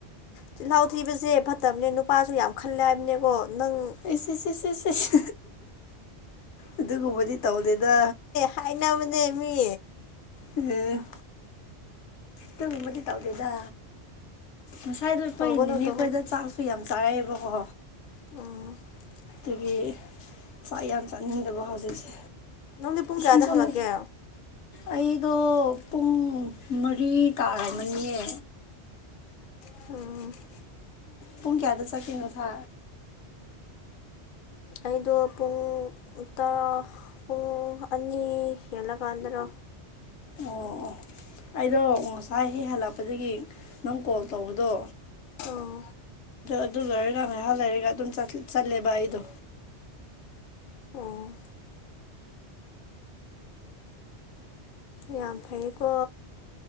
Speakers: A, on the left; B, on the left.
A: ꯆꯤꯜꯍꯥꯎ ꯊꯤꯕꯁꯦ ꯐꯠꯇꯕꯅꯦ ꯅꯨꯄꯥꯁꯨ ꯌꯥꯝ ꯈꯜꯂꯦ ꯍꯥꯏꯕꯅꯦꯀꯣ ꯅꯪ
B: ꯏꯁ ꯏꯁ ꯏꯁ ꯏꯁ ꯏꯁ ꯑꯗꯨꯒꯨꯝꯕꯗꯤ ꯇꯧꯗꯦꯗ
A: ꯈꯥꯏꯅꯕ ꯃ ꯃꯤ
B: ꯎꯝ ꯇꯧꯃꯗꯤ ꯇꯥꯎꯗꯦꯗ ꯉꯁꯥꯏꯗꯣ ꯑꯩꯈꯣꯏ
A: ꯇꯧꯒꯅꯨ
B: ꯏꯅꯤꯅꯦ
A: ꯇꯧꯒꯅꯨ
B: ꯑꯩꯈꯣꯏꯗ ꯆꯥꯛꯁꯨ ꯌꯥꯝ ꯆꯥꯔꯛꯑꯦꯕꯀꯣ
A: <unintelligible>
B: ꯑꯩꯈꯣꯏꯒꯤ ꯆꯥꯛ ꯌꯥꯝ ꯆꯥꯅꯤꯡꯗꯕ ꯍꯧꯖꯤꯛꯁꯦ
A: ꯅꯪꯗꯤ ꯄꯨꯡ
B: ꯏꯁꯤꯡꯁꯨ
A: ꯀꯌꯥꯗ ꯍꯜꯂꯛꯀꯦ
B: ꯂꯩ ꯑꯩꯗꯣ ꯄꯨꯡ ꯃꯔꯤ ꯇꯥꯃꯅꯤꯌꯦ
A: ꯑꯣ
B: ꯄꯨꯡ ꯀꯌꯥꯗ ꯆꯠꯀꯅꯣ ꯁꯥ
A: ꯑꯩꯗꯣ ꯄꯨꯡ ꯇꯔꯥ ꯄꯨꯡ ꯑꯅꯤ ꯍꯦꯜꯂꯀꯥꯟꯗꯔ
B: ꯑꯣ ꯑꯣ ꯑꯩꯗꯣ ꯉꯁꯥꯏ ꯍꯦꯛ ꯍꯜꯂꯛꯄꯗꯒꯤ ꯅꯪ ꯀꯣꯜ ꯇꯧꯕꯗꯣ
A: ꯑꯣ
B: ꯑꯗꯨ ꯂꯣꯏꯔꯒ ꯉꯥꯏꯍꯥꯛ ꯂꯩꯔꯒ ꯑꯗꯨꯝ ꯆꯠꯂꯦꯕ ꯑꯩꯗꯣ
A: ꯑꯣ ꯌꯥꯝ ꯐꯩꯀꯣ